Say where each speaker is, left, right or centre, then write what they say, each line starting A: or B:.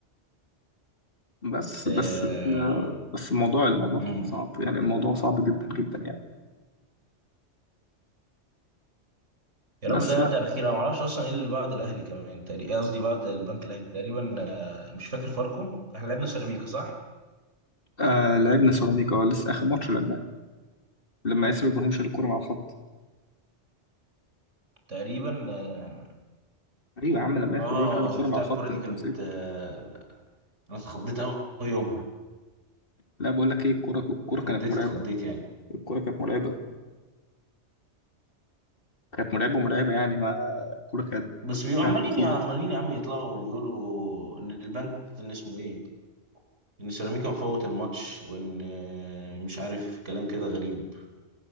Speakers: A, on the left; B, on the right.
A: بس
B: آه،
A: بس ال- بس الموضوع الموضوع
B: مم.
A: صعب يعني الموضوع صعب جدا جدا يعني
B: يا
A: بس
B: رب ده يعدي
A: لا
B: على خير انا ما اعرفش اصلا ايه اللي بعد الاهلي كمان تقريبا قصدي بعد البنك الاهلي تقريبا آه، مش فاكر فاركو احنا لعبنا سيراميكا صح
A: آه لعبنا سيراميكا لسه اخر ماتش لعبنا لما ياسر ابراهيم شال الكرة مع الخط
B: تقريبا اه
A: ايوه يا عم لما ياسر
B: اه
A: ابراهيم شال الكرة
B: شفتها
A: مع الخط
B: الكرة دي
A: انت
B: كانت
A: نسيت
B: آه، انا اتخضيت قوي يومها
A: لا بقول لك ايه الكرة الكرة
B: اتخضيت
A: كانت مرعبة
B: اتخضيت يعني
A: الكرة كانت مرعبة كانت مرعبة مرعبة يعني ما الكرة كانت
B: بس بيبقوا
A: فعلا
B: عمالين
A: تخض
B: يا عمالين يا عم يطلعوا وبيقولوا ان البنك ان اسمه ايه ان سيراميكا مفوت الماتش وان آه، مش عارف كلام كده غريب